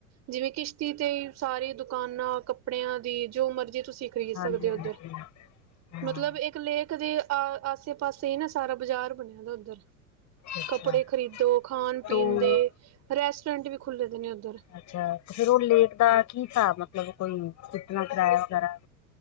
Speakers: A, on the right; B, on the left.
A: ਜਿਵੇਂ ਕਿਸ਼ਤੀ ਤੇ ਸਾਰੀ ਦੁਕਾਨਾਂ ਕੱ ਕੱਪੜਿਆਂ ਦੀ ਜੋ ਮਰਜੀ ਤੁਸੀਂ ਖ਼ਰੀਦ
B: ਹਾਂਜੀ
A: ਸਕਦੇ
B: ਹਾਂਜੀ
A: ਹੋ ਉੱਧਰ
B: ਹਾਂ
A: ਮਤਲਬ ਇੱਕ ਲੇਖ ਦੇ ਆ ਆਸੇ ਪਾਸੇ ਨਾ ਸਾਰਾ ਕੁਛ ਬਣਿਆ ਦਾ ਉੱਧਰ
B: ਅੱਛਾ
A: ਕੱਪੜੇ ਖਰੀਦੋ ਖਾਣ
B: ਤੂੰ
A: ਪੀਣ ਦੇ ਰੈਸਟੋਰੈਂਟ ਵੀ ਖੁੱਲ੍ਹੇ ਦੇ ਨੇ ਉੱਧਰ
B: ਅੱਛਾ ਤੇ ਫੇਰ ਉਹ ਲੇਕ ਦਾ ਕੀ ਹਿਸਾਬ ਮਤਲਬ ਕੋਈ ਕਿਤਨਾ ਕਿਰਾਇਆ ਵਗੈਰਾ